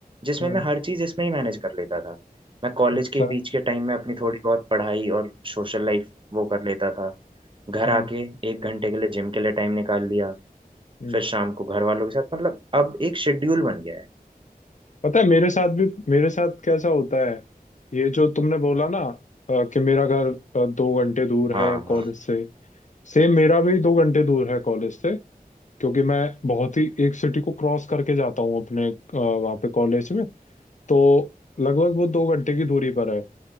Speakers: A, on the right; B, on the left.
A: जिसमें
B: हम्म
A: मैं हर चीज़ इसमें ही मैनेज कर लेता था मैं कॉलेज
B: अच्छा
A: के बीच के टाइम में अपनी थोड़ी बहुत पढ़ाई और सोशल लाइफ वो कर लेता था घर
B: हम्म
A: आके एक घंटे के लिए जिम के लिए टाइम निकाल लिया
B: हम्म
A: फिर शाम को घर वालों के साथ मतलब अब एक शेड्यूल बन गया है
B: पता है मेरे साथ भी मेरे साथ कैसा होता है ये जो तुमने बोला ना अ, कि मेरा घर अ, दो घंटे दूर
A: हाँ
B: है
A: हाँ
B: कॉलेज से सेम मेरा भी दो घंटे दूर है कॉलेज से क्योंकि मैं बहुत ही एक सिटी को क्रॉस करके जाता हूँ अपने अ, वहाँ पे कॉलेज में तो लगभग वो दो घंटे की दूरी पर है